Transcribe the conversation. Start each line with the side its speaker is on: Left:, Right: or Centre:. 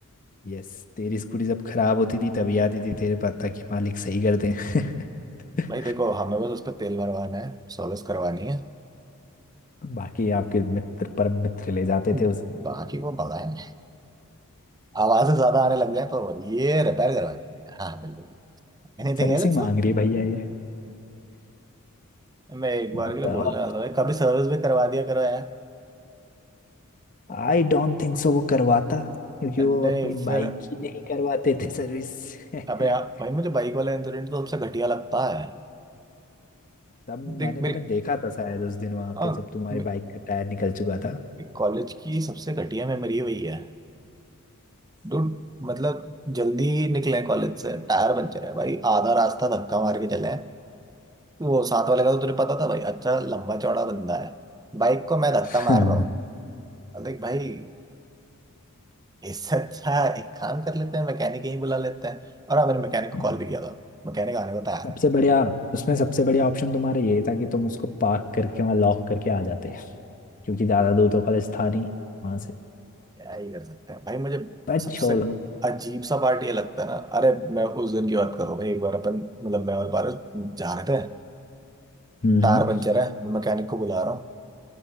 Left: यस तेरी स्कूटी जब खराब होती थी तभी आती थी तेरे पास ताकि मालिक सही कर दे <laughs>
Right: भाई देखो हमें बस उस पर तेल भरवाना है सर्विस करवानी है
Left: बाकी आपके मित्र परम मित्र ले जाते
Right: हम्म,
Left: थे उसे
Right: बाकी वो भगाए आवाजें ज्यादा आने लग जाए तो ये रिपेयर करवानी है हाँ बिल्कुल Anything
Left: सर्विसिंग
Right: else
Left: मांग रही है भैया ये
Right: मैं एक बार
Left: मतलब
Right: के लिए बोलने वाला था भाई कभी सर्विस भी करवा दिया करो यार
Left: आई डोंट थिंक सो वो करवाता क्योंकि
Right: नहीं
Left: वो अपनी
Right: फिर
Left: बाइक ही नहीं करवाते थे सर्विस <laughs>
Right: अबे यार भाई मुझे बाइक वाला इंसिडेंट तो सबसे घटिया लगता है
Left: तब
Right: देख
Left: मैंने
Right: मेरी
Left: तुम्हें देखा था शायद उस दिन वहां
Right: हाँ,
Left: पे जब तुम्हारी
Right: मे-
Left: बाइक का टायर निकल चुका
Right: कॉलेज की सबसे घटिया मेमोरी वही है डूड मतलब जल्दी निकले कॉलेज से टायर पंचर है भाई आधा रास्ता धक्का मार के चले वो साथ वाले का तो तुझे पता था भाई अच्छा लंबा चौड़ा बंदा है बाइक को मैं धक्का
Left: था
Right: मार रहा हूँ अब देख भाई <laughs> इससे अच्छा एक काम कर लेते हैं मैकेनिक ही बुला लेते हैं और हाँ मैंने मैकेनिक को
Left: <laughs>
Right: कॉल भी किया था मैकेनिक आने को तैयार
Left: सबसे
Right: है
Left: बढ़िया उसमें सबसे बढ़िया ऑप्शन तुम्हारा ये था कि तुम उसको पार्क करके वहाँ लॉक करके आ जाते क्योंकि ज्यादा दूर तो कॉलेज था नहीं वहां से
Right: क्या ही कर सकते हैं भाई मुझे
Left: पर
Right: सबसे
Left: छोड़ो
Right: अजीब सा पार्ट ये लगता है ना अरे मैं उस दिन की बात कर रहा हूँ भाई एक बार अपन मतलब मैं और पारस जा रहे थे
Left: हम्म
Right: टायर पंचर है मैं मैकेनिक को बुला रहा हूँ